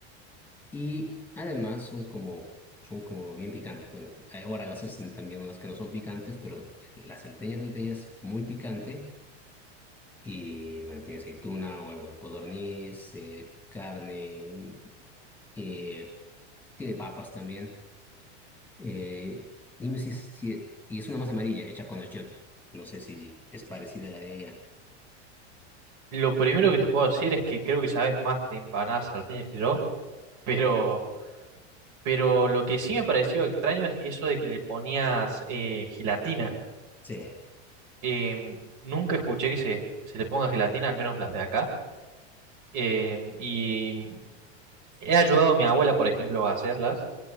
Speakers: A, in the centre; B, on the right.
A: Y además son como, son como bien picantes. Bueno, ahora las hacen también unas que no son picantes, pero la salteña salteña es muy picante. Y bueno, tiene aceituna, huevo de codorniz, eh, carne, eh, Tiene papas también. Eh, dime si, es- si... Y es una masa amarilla hecha con achiote. No sé si es parecida a la de ella.
B: lo primero que te puedo decir es que creo que sabes más de empanadas salteñas que yo, pero, pero lo que sí me pareció extraño es eso de que le ponías eh, gelatina.
A: Sí.
B: Em, nunca escuché que se, se le ponga gelatina, al menos las de acá. Em, y he ayudado a mi abuela, por ejemplo, a hacerlas.